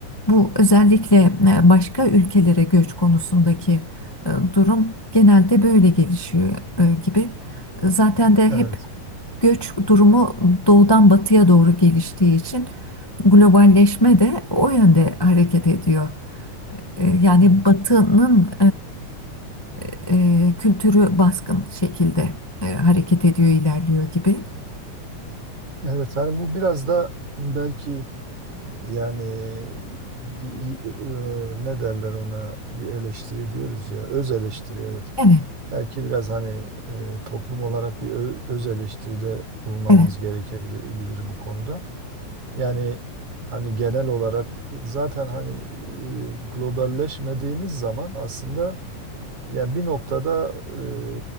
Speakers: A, on the left; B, on the right.
A: bu özellikle e, başka ülkelere göç konusundaki e, durum genelde böyle gelişiyor e, gibi. Zaten de
B: Evet,
A: hep göç durumu doğudan batıya doğru geliştiği için globalleşme de o yönde hareket ediyor. E, Yani
B: evet.
A: batının e, e, kültürü baskın şekilde e, hareket ediyor, ilerliyor gibi.
B: Evet, hani bu biraz da belki yani bir e, ne derler ona bir eleştiri diyoruz ya öz eleştiri evet
A: Evet,
B: Belki biraz hani e, toplum olarak bir ö- öz eleştiride bulunmamız
A: evet,
B: gerekebilir bu konuda. Yani hani genel olarak zaten hani e, globalleşmediğiniz zaman aslında yani bir noktada e,